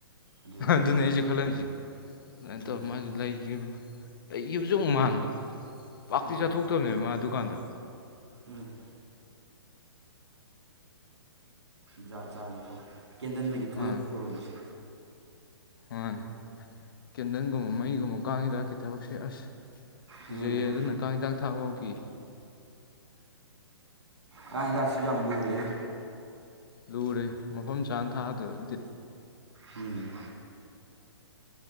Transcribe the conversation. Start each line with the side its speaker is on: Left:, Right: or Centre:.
Right: ꯑꯗꯨꯗ ꯇꯨꯝꯃꯗꯤ
Left: ꯑꯗꯨꯅꯤ ꯑꯩꯁꯨ ꯈꯜꯂꯝꯃꯤꯁꯦ ꯑꯗꯨꯃꯥꯏꯅ ꯇꯧꯔ
Right: ꯎꯝ
Left: ꯃꯥꯁꯨ ꯂꯩ ꯑꯩꯒꯤꯕꯨꯁꯨ ꯑꯃꯨꯛ ꯃꯥꯟꯕ ꯄꯥꯛꯇꯤ
Right: ꯎꯝ
Left: ꯆꯠꯊꯣꯛꯇꯕꯅꯦꯕ
Right: ꯎꯝ
Left: ꯃꯥ ꯗꯨꯀꯥꯟꯗ
Right: ꯎꯝ ꯖꯥꯠ ꯆꯥꯅꯤꯀꯣ ꯀꯦꯟꯗꯟꯗꯒꯤ ꯊꯣꯛꯏꯕ
Left: ꯑꯥ
Right: ꯄ꯭ꯔꯣꯕ꯭ꯂꯦꯝꯁꯦ
Left: ꯃꯥꯅꯦ ꯀꯦꯟꯗꯜꯒꯨꯝꯕ ꯃꯩꯒꯨꯝꯕ ꯀꯥꯡ ꯍꯤꯗꯥꯛꯀꯤ ꯊꯕꯛꯁꯦ ꯑꯁ ꯀꯤꯖꯩꯌꯦ
Right: ꯎꯝ
Left: ꯑꯗꯨꯅ ꯀꯥꯡ ꯍꯤꯗꯥꯛ ꯊꯥ ꯐꯥꯎꯈꯤ
Right: ꯀ ꯇꯁꯤ ꯌꯥꯝ ꯂꯔꯦꯅ
Left: ꯂꯨꯔꯦ ꯃꯐꯝ ꯆꯥꯅ ꯊꯥꯗꯦ ꯑꯗꯨꯗꯤ
Right: ꯎꯝ